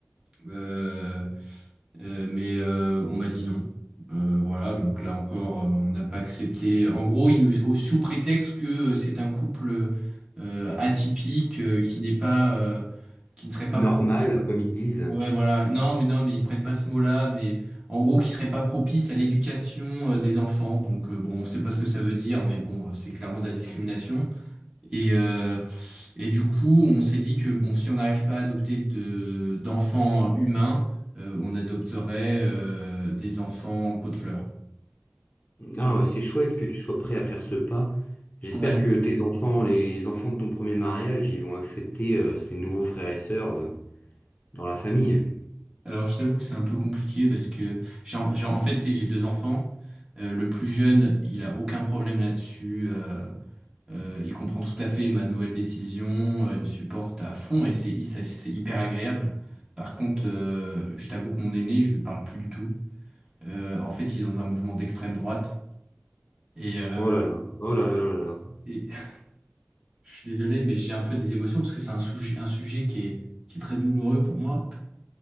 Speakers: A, on the right (about 20°); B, on the left (about 40°).
A: Euh, euh, mais euh, on m'a dit non. Euh, voilà, donc là encore, euh, on n'a pas accepté. En gros, il nous- au- sous prétexte que euh, c'est un couple euh, atypique euh, qui n'est pas, euh, qui ne serait pas
B: Normal,
A: propice.
B: comme ils disent.
A: Ouais, voilà. Non, mais non, mais ils prennent pas ce mot-là, mais en gros, qui serait pas propice à l'éducation euh, des enfants. Donc euh, bon, on sait pas ce que ça veut dire, mais bon, euh, c'est clairement de la discrimination. Et, euh, et du coup, on s'est dit que bon, si on n'arrive pas à adopter de, d'enfants humains, euh, on adopterait euh, des enfants pot de fleurs.
B: Ah, ouais, c'est chouette que tu sois prêt à faire ce pas. J'espère
A: Ouais.
B: que tes enfants, les enfants de ton premier mariage, ils vont accepter euh, ces nouveaux frères et sœurs. euh, Dans la famille.
A: Alors, je t'avoue que c'est un peu compliqué parce que j'ai, en j'ai en- en fait, tu sais, j'ai deux enfants. Euh, le plus jeune, il a aucun problème là-dessus. euh, euh, il comprend tout à fait ma nouvelle décision. euh, il me supporte à fond et c'est, ça- c'est hyper agréable. Par contre, euh, je t'avoue que mon aîné, je lui parle plus du tout. Euh, en fait, il est dans un mouvement d'extrême droite. Et, euh,
B: Oh là là, oh là là oh là là.
A: et <laughs> je suis désolé, mais j'ai un peu des émotions parce que c'est un sujet, un sujet qui est, qui est très douloureux pour moi.